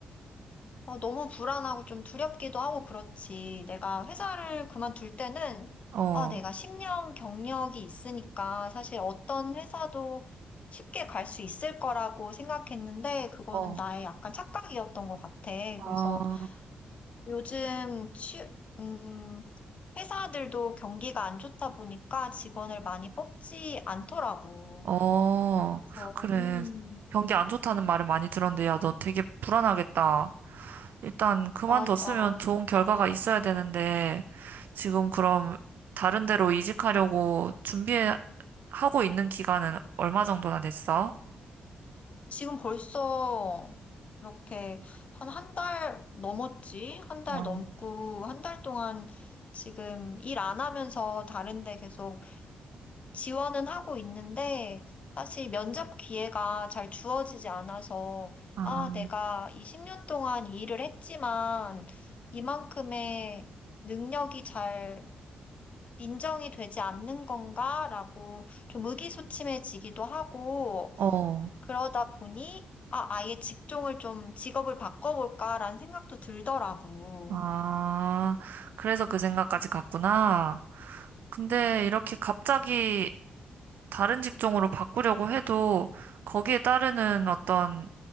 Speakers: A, on the left; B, on the right.
A: 어, 너무 불안하고 좀 두렵기도 하고 그렇지. 내가 회사를 그만둘 때는,
B: 어,
A: 아, 내가 10년 경력이 있으니까 사실 어떤 회사도 쉽게 갈 수 있을 거라고 생각했는데, 그거는
B: 어,
A: 나의 약간 착각이었던 것 같아.
B: 아,
A: 그래서 요즘 취, 음, 회사들도 경기가 안 좋다 보니까 직원을 많이 뽑지 않더라고.
B: 어,
A: 그래서,
B: 그래.
A: 음,
B: 경기 안 좋다는 말을 많이 들었는데 야, 너 되게 불안하겠다. 일단 그만뒀으면
A: 맞아.
B: 좋은 결과가 있어야 되는데, 지금 그럼 다른 데로 이직하려고 준비하고 있는 기간은 얼마 정도나 됐어?
A: 지금 벌써 이렇게 한 한 달 넘었지? 한 달
B: 어,
A: 넘고, 한 달 동안 지금 일 안 하면서 다른 데 계속 지원은 하고 있는데 사실 면접 기회가 잘 주어지지 않아서
B: 아,
A: 아, 내가 이 10년 동안 이 일을 했지만 이만큼의 능력이 잘 인정이 되지 않는 건가라고 좀 의기소침해지기도 하고
B: 어,
A: 그러다 보니 아, 아예 직종을 좀 직업을 바꿔볼까라는 생각도 들더라고.
B: 아, 그래서 그 생각까지 갔구나. 근데 이렇게 갑자기 다른 직종으로 바꾸려고 해도 거기에 따르는 어떤